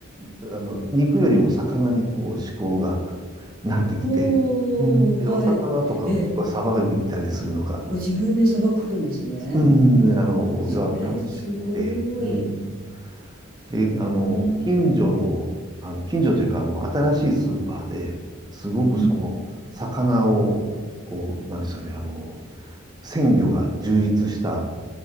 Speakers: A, on the right; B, on the right.
A: あの、肉よりも魚にこう思考が <laughs> なってきて、
B: ほー、
A: うん、で、お魚とか結構さばいたりするのが、
B: はい。え、ご自分でさばくんですね。
A: うん、あの、
B: それすごい。
A: が楽しくて、うん、で、
B: うーん。
A: あの、近所の、あの、近所というか、あの、新しいスーパーで、すごくその、
B: うん
A: 魚を、こう、なんですかね、あの、鮮魚が充実した、